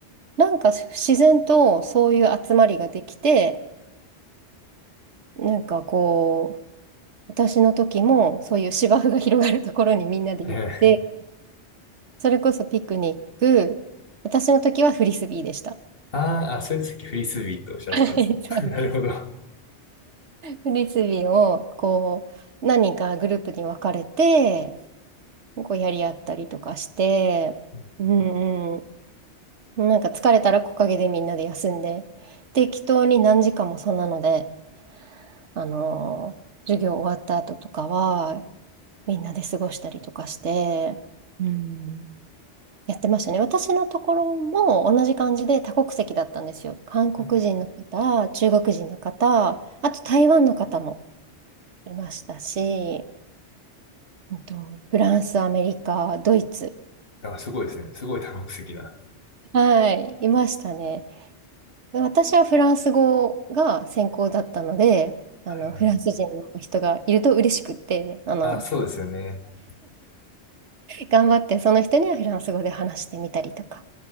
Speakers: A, on the right; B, on the left.
A: なんか自然とそういう集まりができて、なんかこう、私の時もそういう芝生が広がるところにみんなで行って、
B: はいはい。
A: それこそピクニック、私の時はフリスビーでした。
B: あーあ、それでさっきフリスビーとおっしゃってたんですね。
A: はい、そうです。
B: <laughs> なるほど。
A: フリスビーをこう何人かグループに分かれて、こうやり合ったりとかして、
B: うん
A: うんうん、なんか疲れたら木陰でみんなで休んで、適当に何時間もそんなので、あのー授業終わった後とかはみんなで過ごしたりとかして、うんやってましたね。私のところも同じ感じで多国籍だったんですよ。韓国人の方、
B: はいはい。
A: 中国人の方、あと台湾の方もいましたし、うんと、フランス、アメリカ、ドイツ、
B: あ、すごいですね。すごい多国籍な。は
A: はい、いましたね。で私はフランス語が専攻だったので、あの、
B: いはい
A: フランス人の人がいると嬉しくって、あの、
B: あ、そうですよね。
A: 頑張ってその人にはフランス語で話してみたりとか